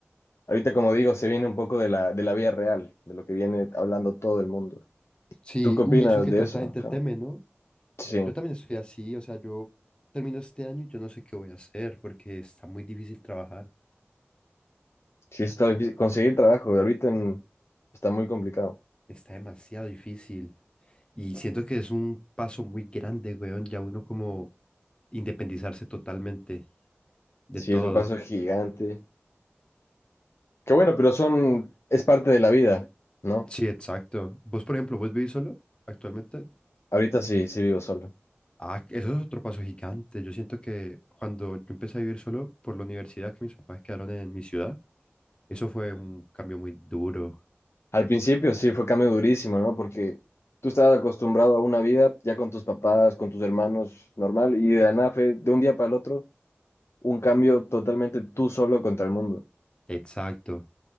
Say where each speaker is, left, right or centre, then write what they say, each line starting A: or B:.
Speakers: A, on the left; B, on the left.
A: Ahorita, como digo, se viene un poco de la, de la vida real, de lo que viene hablando todo el mundo.
B: Sí,
A: ¿Tú qué opinas
B: uy, eso que
A: de
B: tanta
A: eso?
B: gente
A: Ajá.
B: teme, ¿no?
A: Sí,
B: Yo también estoy así, o sea, yo termino este año y yo no sé qué voy a hacer porque está muy difícil trabajar.
A: sí, está difícil. conseguir trabajo ahorita en- está muy complicado.
B: Está demasiado difícil. Y siento que es un paso muy grande, weón, ya uno como independizarse totalmente de
A: Sí,
B: todo.
A: es un paso gigante. Qué bueno, pero son, es parte de la vida, ¿no?
B: Sí, exacto. Vos, por ejemplo, vos vivís solo actualmente.
A: Ahorita sí, sí vivo solo.
B: Ah, eso es otro paso gigante. Yo siento que cuando yo empecé a vivir solo por la universidad, que mis papás quedaron en mi ciudad, eso fue un cambio muy duro.
A: Al principio sí fue cambio durísimo, ¿no? Porque tú estabas acostumbrado a una vida ya con tus papás, con tus hermanos, normal, y de la nada fue de un día para el otro un cambio totalmente tú solo contra el mundo.
B: Exacto.